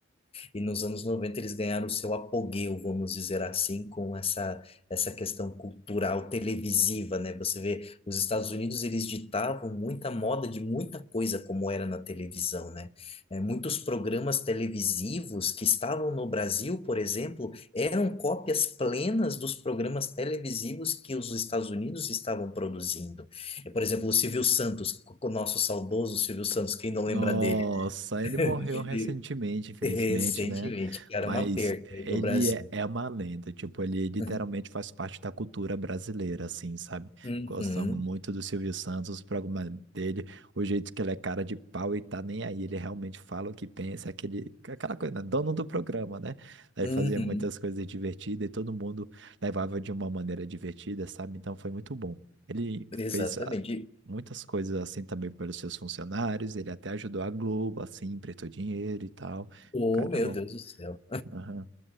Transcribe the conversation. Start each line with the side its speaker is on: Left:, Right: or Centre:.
Left: e nos anos 90 eles ganharam o seu apogeu, vamos dizer assim, com essa, essa questão cultural televisiva, né? Você vê, os Estados Unidos eles ditavam muita moda de muita coisa como era na televisão, né? É, muitos programas televisivos que estavam no Brasil, por exemplo, eram cópias plenas dos programas televisivos que os Estados Unidos estavam produzindo. É, por exemplo, o Silvio Santos, o nosso saudoso Silvio Santos, quem não lembra
Right: Nossa,
Left: dele? <laughs> <laughs>
Right: ele morreu recentemente, infelizmente,
Left: Recentemente,
Right: né?
Left: que era
Right: Mas
Left: uma perca aí
Right: ele
Left: pro Brasil.
Right: é, é uma lenda, tipo, ele literalmente
Left: <laughs>
Right: faz parte da cultura brasileira, assim, sabe?
Left: Uhum,
Right: Gostam muito do Silvio Santos, o programa dele, o jeito que ele é cara de pau e tá nem aí, ele realmente fala o que pensa, aquele, aquela coisa, né? Dono do programa, né? Ele
Left: uhum,
Right: fazia muitas coisas divertidas e todo mundo levava de uma maneira divertida, sabe? Então foi muito bom. Ele
Left: exatamente.
Right: fez muitas coisas assim também pelos seus funcionários. Ele até ajudou a Globo, assim, emprestou dinheiro e tal.
Left: Oh,
Right: O cara
Left: meu
Right: é bom.
Left: Deus do céu.
Right: Aham.